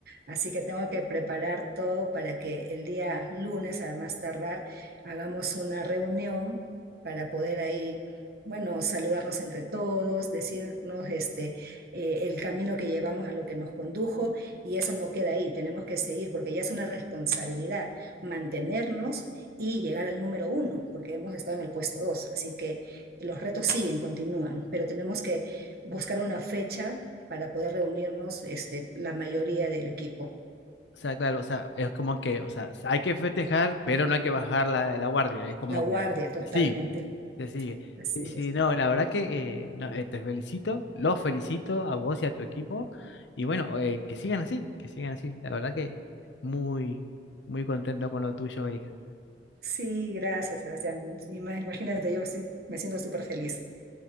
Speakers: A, on the right; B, on the left.
A: así que tengo que preparar todo para que el día lunes, a más tardar, hagamos una reunión para poder ahí, bueno, saludarnos entre todos, decirnos este, eh, el camino que llevamos a lo que nos condujo y eso no queda ahí, tenemos que seguir porque ya es una responsabilidad mantenernos y llegar al número uno, porque hemos estado en el puesto dos, así que los retos siguen, continúan, pero tenemos que buscar una fecha para poder reunirnos, este, la mayoría del equipo,
B: O sea, claro, o sea, es como que, o sea, hay que festejar, pero no hay que bajar la, la guardia, es como
A: la guardia
B: que
A: totalmente.
B: se sigue, se sigue.
A: Así
B: Sí, sí,
A: es.
B: no, la verdad que eh, no, eh, te felicito, los felicito a vos y a tu equipo, y bueno, eh, que sigan así, que sigan así, la verdad que muy, muy contento con lo tuyo, Erika.
A: Sí, gracias, Sebastián. Ima- Imagínate, yo sí me siento súper feliz.